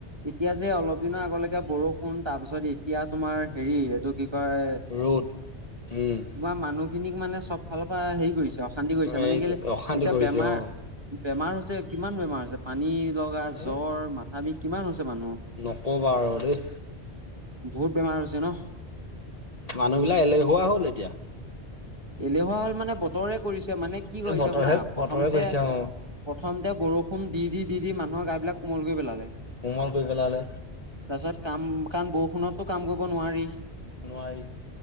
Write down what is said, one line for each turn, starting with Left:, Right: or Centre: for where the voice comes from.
Right: এতিয়া যে অলপ দিনৰ আগলেকে বৰষুণ, তাৰ পিছত এতিয়া তোমাৰ হেৰি এইটো কি কয়
Left: ৰ'দ উম,
Right: তোমাৰ মানুহখিনিক মানে চব ফালৰ পৰা হেৰি কৰিছে অশান্তি কৰিছে, মানে
Left: এই
Right: কেলে
Left: অশান্তি
Right: এতিয়া
Left: কৰিছে
Right: বেমাৰ
Left: অ'।
Right: বেমাৰ হৈছে কিমান বেমাৰ হৈছে পানী লগা,
Left: এ
Right: জ্বৰ, মাথা বিষ, কিমান হৈছে মানুহৰ।
Left: নকবা আৰু দেই।
Right: বহুত বেমাৰ হৈছে ন।
Left: মানুহবিলাক এলেহুৱা হ'ল এতিয়া।
Right: এলেহুৱা হ'ল মানে বতৰে কৰিছে, মানে কি কৰিছে
Left: বতৰহে
Right: শুনা প্ৰথমতে
Left: বতৰে কৰিছে অ',
Right: প্ৰথমতে বৰষুণ দি-দি-দি-দি মানুহৰ গা বিলাক কোমল কৰি পেলালে।
Left: কোমল কৰি পেলালে।
Right: তাৰ পিছত কাম কাৰণ বৰষুণতটো কাম কৰিব নোৱাৰি।
Left: নোৱাৰি।